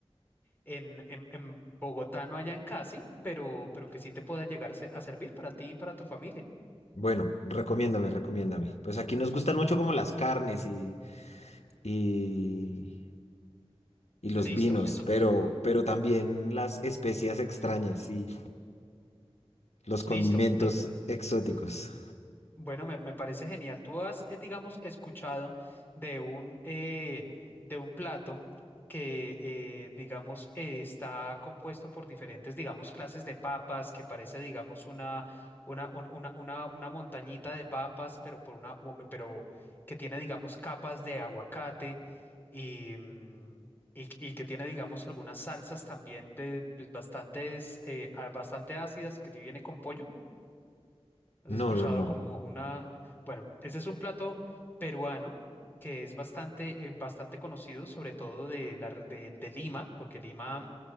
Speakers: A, on the left; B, on the left.
A: en, en, en Bogotá no hayan casi, pero, pero que sí te pueda llegar se- a servir para ti y para tu familia.
B: Bueno, recomiéndame, recomiéndame. Pues aquí nos gustan mucho como las carnes y, y y los
A: Listo,
B: vinos,
A: ento-
B: pero, pero también las especias extrañas y los condimentos
A: listo.
B: exóticos.
A: Bueno, me, me parece genial. Tú has, eh, digamos, escuchado de un, eh, de un plato que, eh, digamos, eh, está compuesto por diferentes, digamos, clases de papas, que parece, digamos, una, una, un- una, una, una montañita de papas, pero, por una, u- pero que tiene, digamos, capas de aguacate y, mm, y, y que tiene, digamos, algunas salsas también de, pues, bastantes, eh, a- bastante ácidas y que te viene con pollo. ¿Has
B: No,
A: escuchado
B: no, no.
A: como una, bueno, ese es un plato peruano que es bastante, eh, bastante conocido, sobre todo de, la, r- de, de Lima, porque Lima,